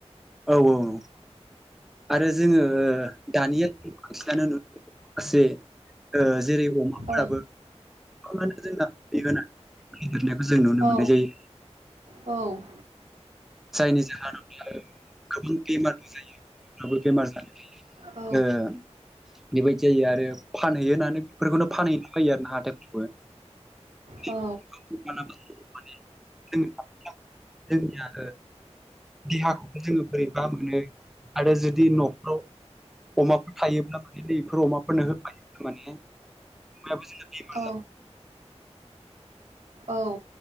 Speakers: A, in the centre; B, on the right.
A: औ औ आरो जोङो दानिया बांसिनानो नु माखासे ओ <unintelligible> जेरै अमाफ्राबो
B: औ
A: गोबाङानो जोंना <unintelligible> मुलि होनानै जों नुनो
B: औ
A: मोननाय जायो
B: औ
A: जायनि जाहोनाव बियो गोबां बेमार जा आवबो बेमार जानो
B: औ
A: ओ <inaudible> बेबायदि जायो आरो फानहैयो होननानै बेफोरखौनो फानहैनो फैयो आरोना हाथायफोरावबो <inaudible> <unintelligible>
B: औ
A: जोंनिया देहाखौबो जोङो बोरैबा मोनो आरो जुदि न'फ्राव अमाफोर थायोब्ला माने <unintelligible> बेफोर अमाफोरनो होफायोब्ला माने अमायाबो जों <inaudible>
B: औ औ